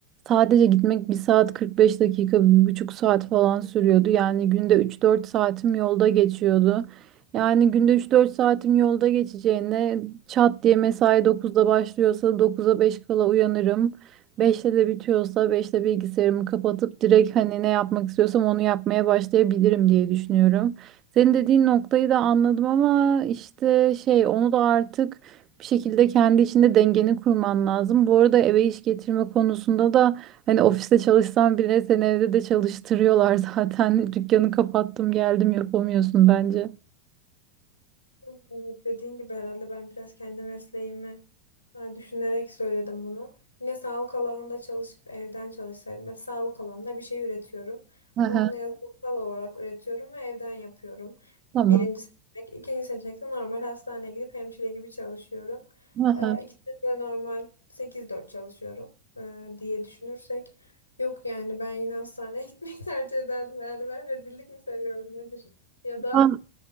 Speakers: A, on the right (about 35°); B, on the left (about 90°).
A: sadece gitmek bir saat 45 dakika, bir buçuk saat falan sürüyordu. Yani günde üç dört saatim yolda geçiyordu. Yani günde üç dört saatim yolda geçeceğine çat diye mesai dokuzda başlıyorsa dokuz'a 5 kala uyanırım. Beşte de bitiyorsa beşte bilgisayarımı kapatıp direkt hani ne yapmak istiyorsam onu yapmaya başlayabilirim diye düşünüyorum. Senin dediğin noktayı da anladım ama işte şey onu da artık bir şekilde kendi içinde dengeni kurman lazım. Bu arada eve iş getirme konusunda da hani ofiste çalışsan bile seni evde de çalıştırıyorlar zaten. <laughs> Dükkanı kapattım geldim yapamıyorsun bence.
B: Evet, dediğin gibi herhalde ben biraz kendi mesleğimi, Ha, düşünerek söyledim bunu. Yine sağlık alanında çalışıp evden çalışsaydım. Mesela sağlık alanında bir şey üretiyorum.
A: Aha,
B: Ama bunu yazılımsal olarak üretiyorum ve evden yapıyorum.
A: tamam.
B: Birinci seçenek. İkinci seçenek de normal hastaneye gidip hemşire gibi çalışıyorum.
A: Aha.
B: Ee, ikisi de normal sekiz dört çalışıyorum ee, diye düşünürsek. Yok yani ben yine hastaneye <laughs> gitmeyi tercih ederdim herhalde. Ben rezillik mi seviyorum nedir? Ya da
A: Ben-